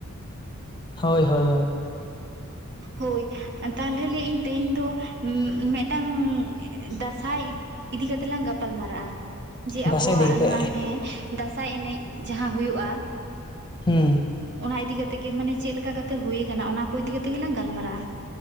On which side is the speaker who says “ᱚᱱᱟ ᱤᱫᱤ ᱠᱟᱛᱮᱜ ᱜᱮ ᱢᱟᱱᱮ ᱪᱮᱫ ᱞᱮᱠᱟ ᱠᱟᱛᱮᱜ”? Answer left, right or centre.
Right